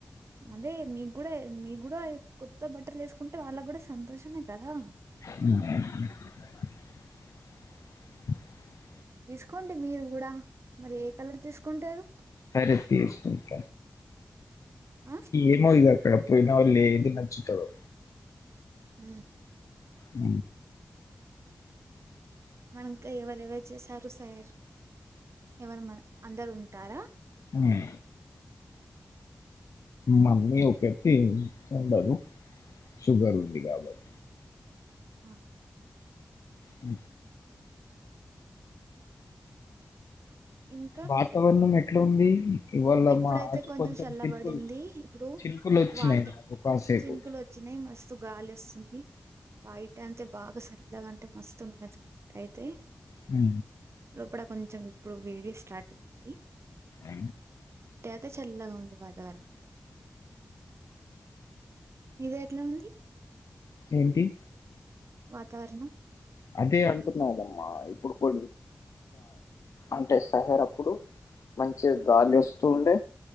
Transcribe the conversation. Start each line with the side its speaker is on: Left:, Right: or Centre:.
Right: అదే మీకు కూడా మీ కూడా కొత్త బట్టలు వేసుకుంటే వాళ్ళకు కూడా సంతోషమే కదా
Left: అ
Right: తీసుకోండి మీరు కూడా మరి ఏ కలర్ తీసుకుంటారు
Left: కర తీసుకుంట
Right: ఆ
Left: ఏమో ఇక అక్కడికి పోయినాక ఏది నచ్చుతారో
Right: హమ్
Left: అ
Right: మనక ఎవరెవరు చేసారు సార్ ఎవరు మ అందరు ఉంటారా
Left: అ మమ్మీ ఒకటి ఉండదు సుగరు ఉంది కాబట్
Right: ఆ
Left: అ
Right: ఇంకా
Left: వాతావరణం ఎట్లా ఉంది ఇవాళ
Right: ఇప్పుడైతే
Left: మా ఆట కొంచెం
Right: చల్లబడింది
Left: చినుకులు
Right: ఇప్పుడు
Left: చినుకులు వచ్చినాయి
Right: వాటర్
Left: మాకు కాసేపు
Right: చినుకులు వచ్చినాయి మస్తు గాలి వస్తుంది బయట అంతే బాగా సరదు ఎలాంటే మస్తున్నది అయితే
Left: అ
Right: లోపల కొంచెం ఇప్పుడు వేడిే స్టార్ట్ అవుతుంది
Left: అ
Right: అే చల్లగా ఉంది వాతావరణం మీద ఎట్లా ఉంది
Left: ఏంటి
Right: వాతావరణం
Left: అదే అంటున్నా కదమ్మా ఇప్పుడు కొ అంటే సహేర్ అప్పుడు మంచి గాలి వస్తూ ఉండే